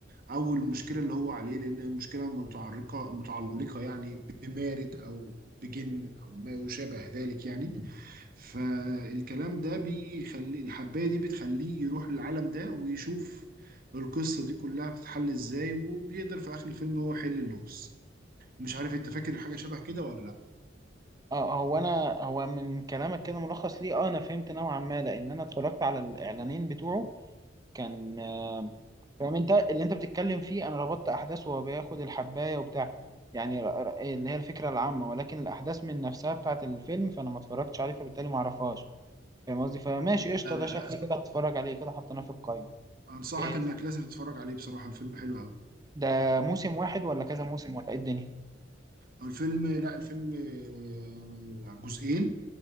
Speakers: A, on the right (about 50°); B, on the right (about 20°).
A: او المشكله اللي هو عليه لان المشكله متعلقه متعلقه يعني بمارد او بجن او ما يشابه ذلك يعني فالكلام ده بيخلي الحبايه دي بتخليه يروح للعالم ده ويشوف القصه دي كلها بتتحل ازاي وبيقدر في اخر الفيلم هو يحل اللغز مش عارف انت فاكر حاجه شبه كده ولا لا
B: اه هو انا هو من كلامك كده ملخص ليه اه انا فهمت نوعا ما لان انا اتفرجت على الاعلانين بتوعه كان آه فاهم انت اللي انت بتتكلم فيه انا ربطت احداث وهو بياخد الحبايه وبتاع يعني ر- ر- إيه اللي هي الفكره العامه ولكن الاحداث من نفسها بتاعت الفيلم فانا ما اتفرجتش عليه فبالتالي ما اعرفهاش فاهم قصدي فماشي قشطة
A: لا لا
B: ده شكلي
A: لا
B: كده هتفرج عليه كده حطيناه في القايمة
A: انصحك
B: إيه
A: انك لازم تتفرج عليه بصراحه الفيلم حلو قوي
B: ده موسم واحد ولا كذا موسم ولا إيه الدنيا؟
A: الفيلم لا الفيلم آه، جزئين